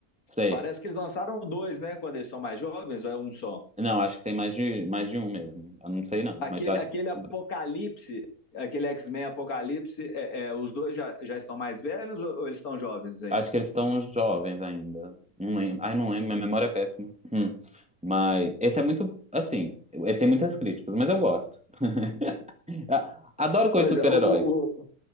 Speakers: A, in the centre; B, on the left (about 70°).
A: Sei.
B: Parece que eles lançaram dois, né? Quando eles são mais jovens, ou é um só?
A: Não, acho que tem mais de, mais de um mesmo. Eu não sei não,
B: Aquele,
A: mas acho.
B: aquele
A: que
B: Apocalipse,
A: são dois.
B: aquele X-Men Apocalipse, é, é, os dois já, já estão mais velhos ou, ou eles estão jovens ainda?
A: Acho que eles estão jovens ainda. Não lembro. Ai, não lembro, minha memória é péssima. Hum. Mas esse é muito, assim, ele tem muitas críticas, mas eu gosto. <laughs> Ah, Adoro coisa
B: Pois
A: de super-herói.
B: é, o, o, o,